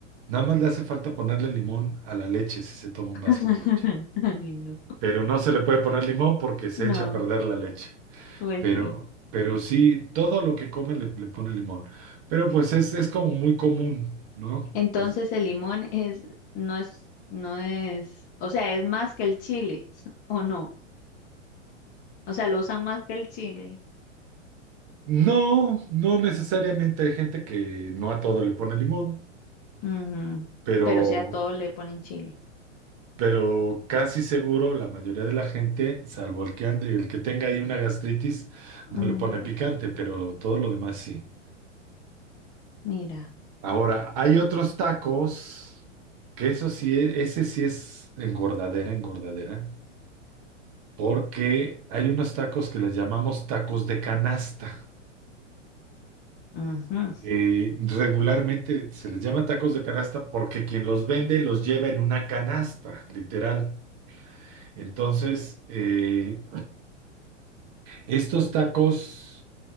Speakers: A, on the right; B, on the left.
A: nada más le hace falta ponerle limón a la leche si se toma un
B: <laughs>
A: vaso de leche.
B: Ay, no.
A: Pero no se le puede poner limón porque se
B: No,
A: echa a perder la leche.
B: pues
A: Pero,
B: sí.
A: pero sí, todo lo que come le, le pone limón. Pero pues es, es como muy común, ¿no?
B: Entonces
A: Es-
B: el limón es, no es, no es, o sea, es más que el chile, <laughs> ¿o no? O sea, lo usan más que el chile.
A: No, no necesariamente hay gente que no a todo le pone limón,
B: Ujú.
A: pero,
B: Pero sí a todo le ponen chile.
A: pero casi seguro la mayoría de la gente, salvo el que ande, el que tenga ahí una gastritis, no
B: Ujú.
A: le pone picante, pero todo lo demás sí.
B: Mira.
A: Ahora, hay otros tacos, que eso sí, e- ese sí es engordadera, engordadera, porque hay unos tacos que les llamamos tacos de canasta.
B: Ujú.
A: Eh, regularmente se les llama tacos de canasta porque quien los vende los lleva en una canasta, literal. Entonces, eh, estos tacos,